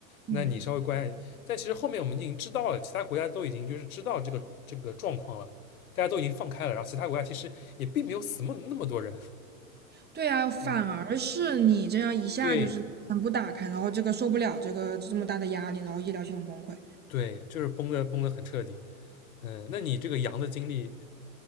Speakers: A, on the right (about 25°); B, on the left (about 85°).
A: 嗯。
B: 那你稍微关，但其实后面我们已经知道了，其他国家都已经就是知道这个这个状况了，大家都已经放开了，然后其他国家其实也并没有死那么那么多人。
A: 对呀，反而是你这样一下就是全部打开，
B: 嗯，<laughs> 对
A: 然后这个受不了这个这么大的压力，然后医疗系统崩溃。
B: 对，就是崩的崩的很彻底。嗯，那你这个羊的经历